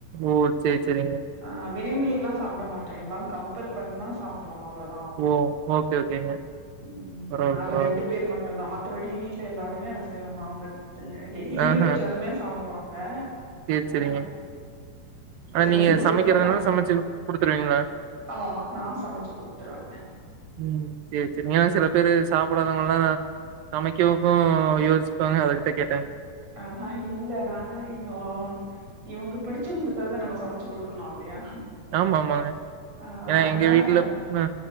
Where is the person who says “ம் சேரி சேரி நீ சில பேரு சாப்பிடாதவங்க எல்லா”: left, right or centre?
Right